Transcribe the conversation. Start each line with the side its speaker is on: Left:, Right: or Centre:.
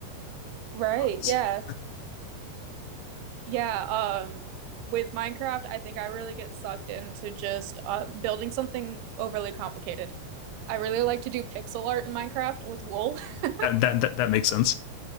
Left: mine
Right: Right,
Left: rocks.
Right: yeah.
Left: <laughs>
Right: Yeah, um with Minecraft, I think I really get sucked into just uh, building something overly complicated. I really like to do pixel art in Minecraft with wool. <laughs>
Left: that, that that that makes sense.